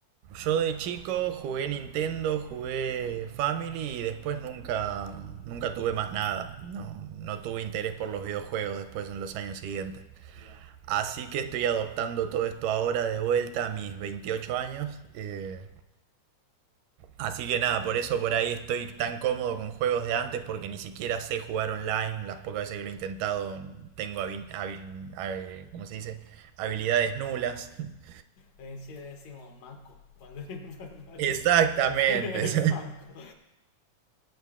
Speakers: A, on the right; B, on the left.
A: Yo de chico jugué Nintendo, jugué Family y después nunca, nunca tuve más nada. No, no tuve interés por los videojuegos después en los años siguientes.
B: Ya.
A: Así que estoy adoptando todo esto ahora de vuelta a mis 28 años. eh, así que nada, por eso por ahí estoy tan cómodo con juegos de antes porque ni siquiera sé jugar online. Las pocas veces que lo he intentado tengo habi- habi- habi- ¿cómo se dice? habilidades nulas. <laughs>
B: En Chile decimos manco, cuando <laughs> es malo,
A: Exactamente.
B: es <laughs> manco.
A: <laughs>